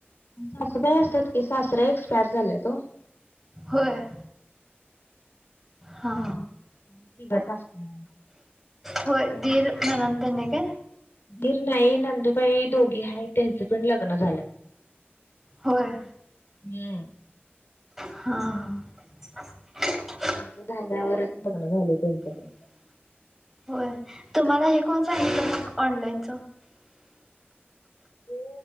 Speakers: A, on the left; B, in the centre.
A: सासु बाई असतात की सासरे एक्सपायर झालेत ओ
B: होय हा
A: आम्ही तिघच असतोय घरी
B: होय, दीर नणंद त्यांनी काय?
A: दीर नाही नंदुबाई दोघी आहेत. त्यांच पण लग्न झाल.
B: होय
A: हम्म
B: हा <inaudible>
A: आमच झाल्यावरच लग्न झालय त्यांच पण.
B: होय तुम्हाला हे कोण सांगितल मग ऑनलाईनच.
A: ते,